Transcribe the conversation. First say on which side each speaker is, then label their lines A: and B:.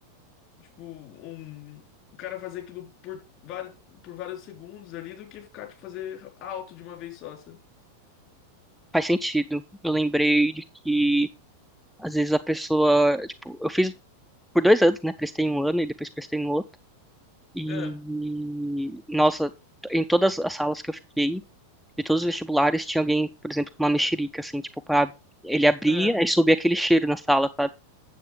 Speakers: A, on the left (about 40°); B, in the centre.
A: tipo, um, o cara fazer aquilo por vários, por vários segundos ali do que ficar, tipo, fazer alto de uma vez só, sabe?
B: Faz sentido. Eu lembrei de que Às vezes a pessoa, tipo, eu fiz por dois anos, né? Prestei um ano e depois prestei no outro. E,
A: É,
B: nossa, em todas as salas que eu fiquei, de todos os vestibulares, tinha alguém, por exemplo, com uma mexerica, assim, tipo, pra... ele abria
A: é,
B: e subia aquele cheiro na sala, sabe?